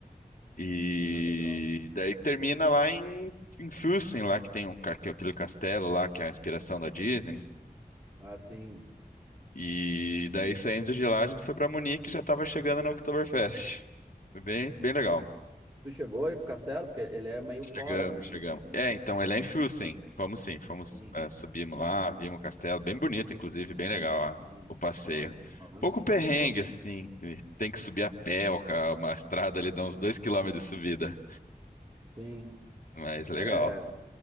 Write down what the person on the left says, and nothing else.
E
daí que termina lá em, em Füssen, lá que tem um, ca- que é aquele castelo lá, que é a inspiração da Disney.
E daí saindo de lá, a gente foi para Munique e já estava chegando na Oktoberfest. Foi bem, bem legal.
Chegamos,
chegamos.
É,
então ele é em Füssen. Fomos sim, fomos,
é, subimos
lá, vimos o castelo, bem bonito, inclusive, bem legal ó,
o passeio.
Pouco perrengue,
assim, que tem que subir a pé, ó, ca- uma estrada ali dá uns dois quilômetros de subida,
mas legal.